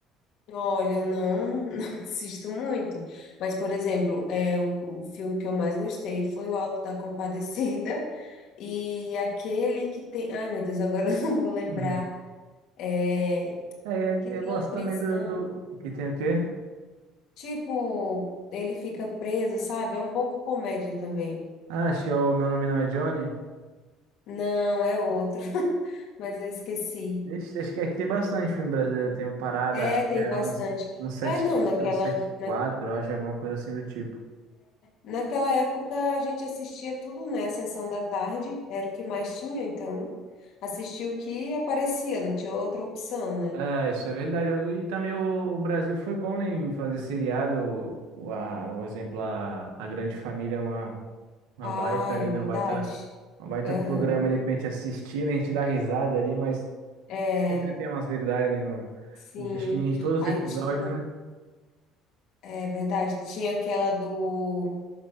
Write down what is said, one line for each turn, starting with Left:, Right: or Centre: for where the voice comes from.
Left: olha, eu não, <laughs> não assisto muito. Mas, por exemplo, é, o, o filme que eu mais gostei foi o Alto da Compadecida. E aquele que tem. Ai, meu Deus, agora <laughs> eu não vou
Right: <laughs>
Left: lembrar.
Right: Uhum.
Left: É,
Right: É, é,
Left: que tem
Right: eu gosto
Left: a prisão.
Right: também do, do- que tem o quê?
Left: Tipo, ele fica preso, sabe? É um pouco comédia também.
Right: Ah, acho que é o Meu Nome Não é Johnny.
Left: Não, é outro. <laughs> Mas eu esqueci.
Right: Ixi, acho que é tem bastante filme brasileiro. Tem o Parada,
Left: É,
Right: acho
Left: tem
Right: que é
Left: bastante.
Right: uns, uns sete,
Left: É, não,
Right: acho
Left: naquela,
Right: que é um 74, eu acho, alguma coisa assim do tipo.
Left: Naquela época a gente assistia tudo, né? Sessão da tarde, era o que mais tinha, então assistia o que aparecia, não tinha outra opção, né?
Right: É, isso é verdade. Eu- E também o, o Brasil foi bom, né, em fazer seriado. O, a, o exemplo, a, a Grande Família é uma, uma
Left: Ah,
Right: baita ali,
Left: é verdade.
Right: né? Um baita, um baita
Left: Aham.
Right: programa ali pra gente assistir, né? A gente dá risada ali, mas
Left: É,
Right: sempre tem umas verdades ali no.
Left: sim.
Right: Acho que em todos
Left: Aí
Right: os episódios,
Left: tinha,
Right: né?
Left: é verdade, tinha aquela do